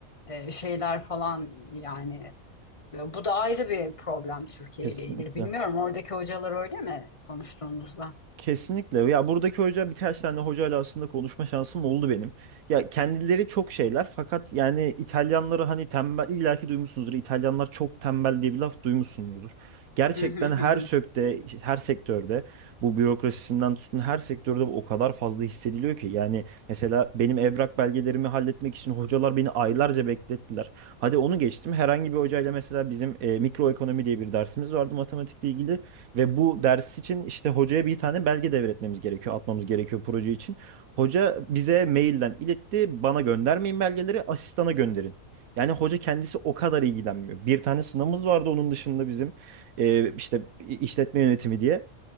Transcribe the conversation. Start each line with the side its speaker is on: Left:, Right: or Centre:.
Left: e, şeyler falan yani bu da ayrı bir problem Türkiye
Right: Kesinlikle.
Left: ile ilgili. Bilmiyorum oradaki hocalar öyle mi konuştuğunuzda?
Right: Kesinlikle. Ya buradaki hoca birkaç tane hocayla aslında konuşma şansım oldu benim. Ya kendileri çok şeyler fakat yani İtalyanları hani tembel illaki duymuşsunuzdur. İtalyanlar çok tembel diye bir laf duymuşsunuzdur. Gerçekten
Left: Hı hı hı
Right: her
Left: hı.
Right: sökte, her sektörde bu bürokrasisinden tutun her sektörde bu o kadar fazla hissediliyor ki. Yani mesela benim evrak belgelerimi halletmek için hocalar beni aylarca beklettiler. Hadi onu geçtim. Herhangi bir hocayla mesela bizim e, mikroekonomi diye bir dersimiz vardı matematikle ilgili. Ve bu ders için işte hocaya bir tane belge devretmemiz gerekiyor, atmamız gerekiyor proje için. Hoca bize mailden iletti, bana göndermeyin belgeleri, asistana gönderin. Yani hoca kendisi o kadar ilgilenmiyor. Bir tane sınavımız vardı onun dışında bizim e, işte işletme yönetimi diye.